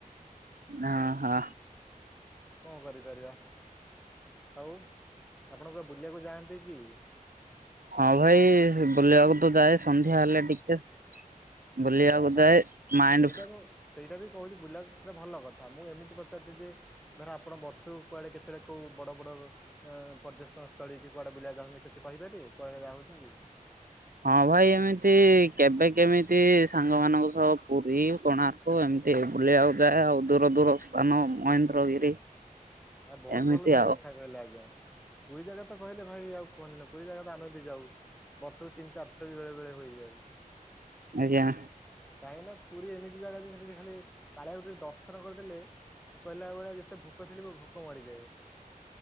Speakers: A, on the right; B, in the centre.
A: ହାଁ ହାଁ।
B: କଁ କରିପାରିବା। ହଉ ଆପଣ କୁଆଡେ ବୁଲିଆକୁ ଯାଆନ୍ତି କି?
A: ହଁ ଭାଇ ବୁଲିଆକୁ ତ ଯାଏ ସନ୍ଧ୍ୟା ହେଲେ ଟିକେ। ବୁଲିବାକୁ
B: ଆଜ୍ଞା ନାଇଁ
A: ଯାଏ ମାଇଣ୍ଡ
B: ସେଇଟାକୁ ସେଇଟା ବି କହୁଚି ବୁଲା ସେଇଟା ଭଲ କଥା। ମୁଁ ଏମିତି ପଚାରୁଛି ଯେ ଧର ଆପଣ ବର୍ଷକୁ କୁଆଡେ କେତେବେଳେ କୋଉ ବଡ଼ ବଡ଼ ଅଁ ପର୍ଯ୍ୟଟନ ସ୍ଥଳୀକି କୁଆଡ଼େ ବୁଲିଆକୁ <unintelligible> ଛନ୍ତି କିଛି କହିପାରିବେ କୁଆଡ଼େ ଯାଉଛନ୍ତି?
A: ହଁ ଭାଇ ଏମିତି କେବେ କେମିତି ସାଙ୍ଗମାନଙ୍କ ସହ ପୁରୀ, କୋଣାର୍କ ଏମ ତି ବୁଲିଆକୁ ଯାଏ ଆଉ। ଦୂର ଦୂର ସ୍ଥାନ ମହେନ୍ଦ୍ରଗିରି
B: ଆ ବହୁତ
A: ଏମିତି
B: ଭଲ ଜାଗା
A: ଆଉ
B: କଥା କହିଲେ ଆଜ୍ଞା। ପୁରୀ ଜାଗା ତ କହିଲେ ଭାଇ ଆଉ କୁହନି ନା ପୁରୀ ଜାଗା ତ ଆମେ ବି ଯାଉ ବର୍ଷକୁ ତିନି ଚାର ଥର ବି ବେଳେ ବେଳେ ହୋଇଯାଏ।
A: ଆଜ୍ଞା।
B: କାହିଁକି ନା ପୁରୀ ଏମିତି ଜାଗା ଯେ ସେଠି ଯେ ଖାଲି କାଳିଆକୁ ଟିକେ ଦର୍ଶନ କରିଦେଲେ କହିଲା ଭଳିଆ ଯେତେ ଭୋକ ଥିଲେ ବି ଭୋକ ମରିଯାଏ।